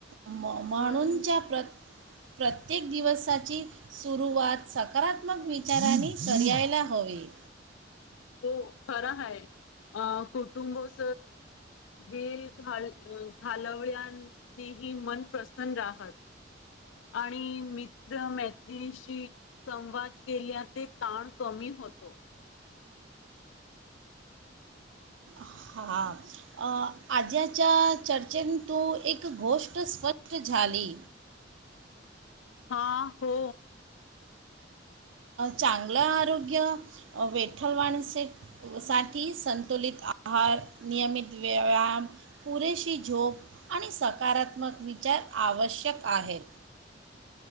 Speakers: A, on the right; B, on the left.
A: म्हणूंच्या
B: म्हणून
A: प्रत प्रत्येक दिवसाची सुरुवात सकारात्मक विचारांने करायला हवे
B: त खर ह अं कुटुंबस वेल घाल घालवल्यानेही मन प्रसन्न आहत आणि मित्र मैतिशी संवाद केल्या ते ताण कमी होतो
A: हां आज्याच्या चर्चेत तू एक गोष्ट स्पष्ट झाली
B: हा हो
A: चांगलं आरोग्य विठ्ठलवाण स सा संतुलित आहार नियमित व्यायाम पुरेशी झोप आणि सकारात्मक विचार आवश्यक आहेत